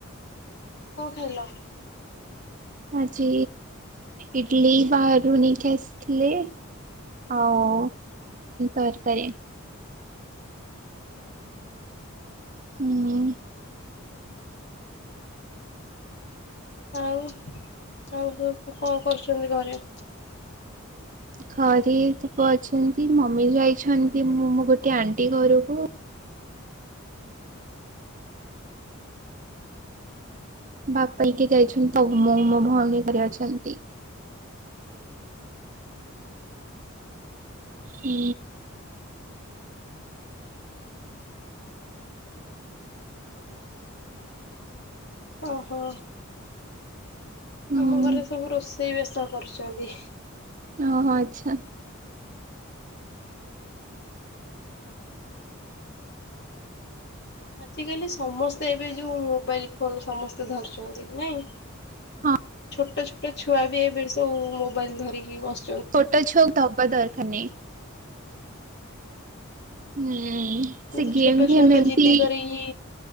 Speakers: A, on the left (about 50°); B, on the right (about 35°).
A: କଣ ଖାଇଲ?
B: ଆଜି ଇଡଲି ବାହାରୁୁ ନେଇକି ଆସିଥିଲେ ଆଉ ତରକାରୀ।
A: ଓ ହୋ।
B: ହୁଁ
A: ଆଉ ଆଉ ସବୁ କଣ କରୁଛନ୍ତି ଘରେ?
B: ଘରେ ତ ଅଛନ୍ତି ମମି ଯାଇଛନ୍ତି ମୁଁ ମୋ ଗୋଟେ ଆଣ୍ଟି ଘରକୁ। ବାପା ହେଇଁକ ଯାଇଛନ୍ତି ତ ମୁଁ ମୋ ଭଉଣୀ ଘରେ ଅଛନ୍ତି। ହୁଁ।
A: ଓହୋ।
B: ହୁଁ
A: ଆମ ଘରେ ସବୁ ରୋଷେଇ ବେସ କରୁଛନ୍ତି।
B: ଓହୋ ଆଛା।
A: ଆଜ କାଲି ସମସ୍ତେ ଏବେ ଯୋଉ ମୋବାଇଲ ଫୋନ ସମସ୍ତେ ଧରିଛନ୍ତି ନାଇଁ।
B: ହଁ
A: ଛୋଟ ଛୋଟ ଛୁଆ ବି ଏବେ ସବୁ ମୋବାଇଲ ଧରିକି ବସ୍
B: ଛୋଟ ଛୁଆକୁ ଦେବା ଦରକାର ନାଇ। ହୁଁ
A: କିନ୍ତୁ
B: ସେ ଗେମ୍
A: ଛୋଟ
B: ଫେମ୍
A: ଛୁଆ ତ
B: ଏମତି
A: ଜିଦି କରିକି